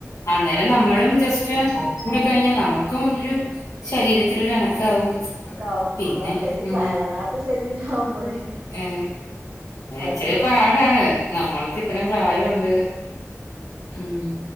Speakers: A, on the left; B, on the right.
A: അന്നേരം നമ്മളും ജസ്റ്റ് കൂടി കഴിഞ്ഞാൽ നമുക്കും രു ശരീരത്തിനോരനക്കാവും കാവും
B: അനക്കാവും
A: പിന്നെ
B: അതാണ്
A: ഉ
B: എളകാത്ത ശരീരാവുമ്പളേ
A: ഏ
B: അത്
A: ഇച്ചിരി പാടാണ് നമ്മൾക്ക്
B: മേലും
A: ഇത്രയും
B: കൈയൊക്കെ
A: പ്രയോണ്ട്
B: വേദന
A: ഉം